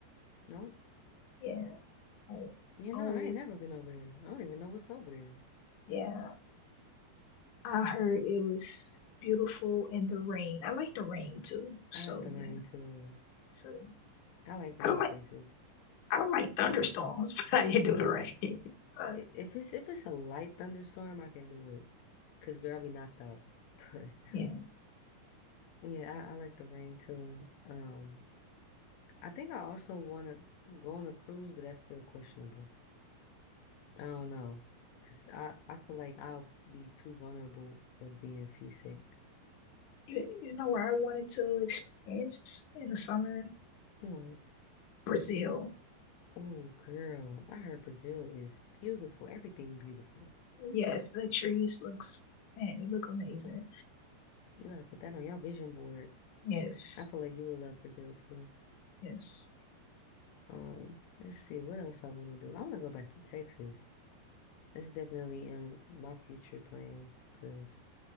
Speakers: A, on the left; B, on the left.
A: Nope.
B: Yeah, I
A: You know
B: always.
A: I ain't never been over there. I don't even know what's over there.
B: Yeah, I heard it was beautiful in the rain. I like the rain too. So
A: I like the
B: yeah.
A: rain too.
B: So
A: I like rainy
B: I don't
A: places.
B: like I don't like thunderstorms, <laughs> but I do the rain. <laughs> But
A: I- If it's if it's a light thunderstorm, I can do it. Cause girl, I be knocked out. <laughs>
B: yeah,
A: But yeah, I, I like the rain too. Um, I think I also want to go on a cruise, but that's still questionable. I don't know. Cause I I feel like I'll be too vulnerable of being seasick.
B: you, you know where I wanted to experience in the summer?
A: What?
B: Brazil.
A: Oh, girl, I heard Brazil is beautiful. Everything beautiful.
B: Yes, the trees looks man, they look amazing.
A: You gotta put that on your vision board.
B: Yes,
A: I feel like you would love Brazil too.
B: yes,
A: Um, let's see what else I want to do. I want to go back to Texas. It's definitely in my future plans because